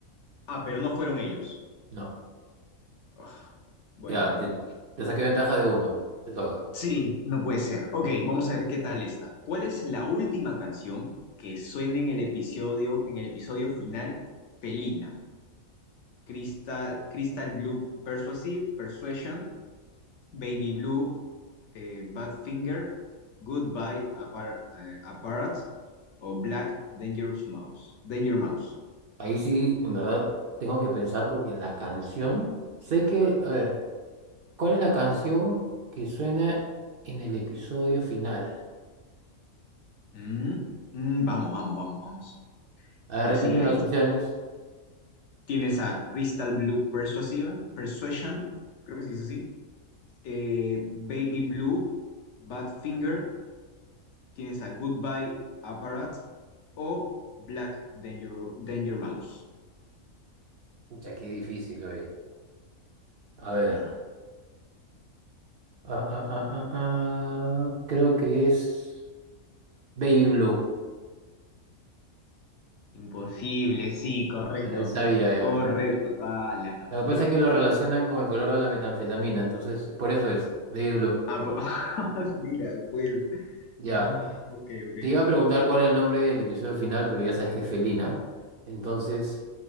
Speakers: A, on the left (about 65°); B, on the right (about 60°).
A: Ah, pero no fueron ellos.
B: No,
A: Ugh, bueno,
B: ya,
A: bueno.
B: te, te saqué ventaja de uno. Te toca.
A: Sí, no puede ser. Ok, vamos a ver qué tal está. ¿Cuál es la última canción que suena en el episodio, en el episodio final, Felina? Crystal, Crystal Blue Persuasive, Persuasion, Baby Blue, eh, Badfinger, Goodbye Appar- eh, Apparat o Black Dangerous Mouse. Danger Mouse.
B: Ahí sí, en verdad, tengo que pensar porque la canción, sé que, a ver. ¿Cuál es la canción que suena en el episodio final?
A: Mm, mm, vamos, vamos, vamos, vamos.
B: A ver,
A: Yo
B: repíteme
A: sí la
B: las
A: hice.
B: opciones.
A: Tienes a Crystal Blue Persuasive, Persuasion, creo que se dice así. eh, Baby Blue, Badfinger, tienes a Goodbye Apparat o Black Danger, Danger Mouse.
B: Pucha, qué difícil, oye. A ver. Ah, ah, ah, ah, ah, creo que es Baby Blue.
A: Imposible, sí, correcto.
B: A ver, sabía
A: Ajá.
B: ya.
A: Correcto. la no
B: Lo que
A: puede
B: pasa es que
A: ser.
B: lo relacionan con el color de la metanfetamina, entonces por eso es Baby Blue.
A: Ah, por- <laughs> mira, pues.
B: Ya.
A: Ah, ok, ok.
B: Te iba a preguntar cuál es el nombre del episodio final, pero ya sabes que es Felina. Entonces,